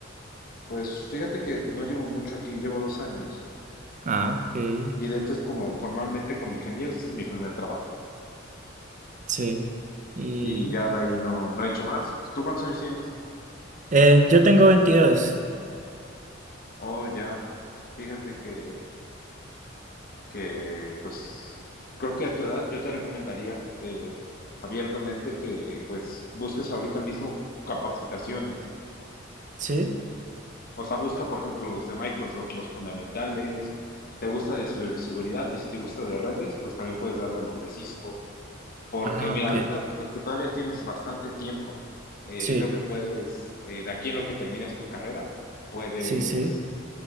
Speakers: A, on the left (about 50°); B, on the right (about 40°).
A: Pues fíjate que no llevo mucho aquí, llevo dos años
B: Ah, ok.
A: y de hecho es como formalmente como ingeniero, este es mi primer trabajo
B: Sí. Y
A: y ya de ahí no, no he hecho más. ¿Tú cuántos años tienes?
B: eh, yo tengo veintidós,
A: Oh, ya, fíjate que que pues creo que a tu edad yo te recomendaría eh, abiertamente que eh, pues busques ahorita mismo capacitaciones.
B: ¿Sí?
A: O sea, busca, por ejemplo, los de Microsoft, los fundamentales. ¿Te gusta de ciberseguridad? Y si te gusta de redes, pues también puedes darle a los de Cisco. Porque
B: Ah,
A: mira,
B: ok.
A: ahorita to- que todavía tienes bastante tiempo, eh,
B: Sí,
A: creo que puedes, eh, de aquí en lo que terminas tu carrera, puedes,
B: sí, sí.